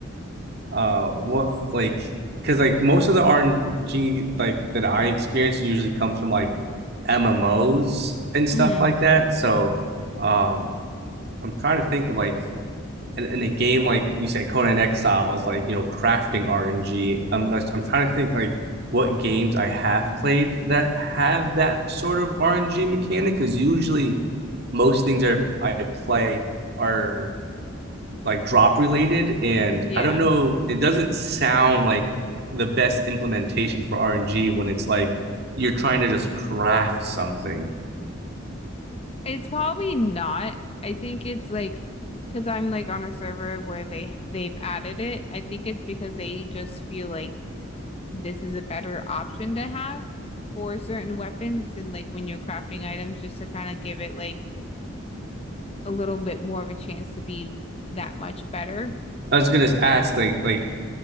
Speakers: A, on the right; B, on the left.
A: uh what like because like most of the RNG like that I experience usually comes from like MMOs and stuff
B: hmm
A: like that. So um I'm trying to think of like in, in a game like you say Conan Exile is like you know crafting RNG. I'm just, I'm trying to think like what games I have played that have that sort of RNG mechanic because usually most things are I play are like drop related and
B: Yeah.
A: i don't know it doesn't sound like the best implementation for rng when it's like you're trying to just craft something
B: It's probably not. I think it's like because I'm like on a server where they they've added it. I think it's because they just feel like this is a better option to have for certain weapons and like when you're crafting items just to kind of give it like a little bit more of a chance to be that much better.
A: i was gonna ask like like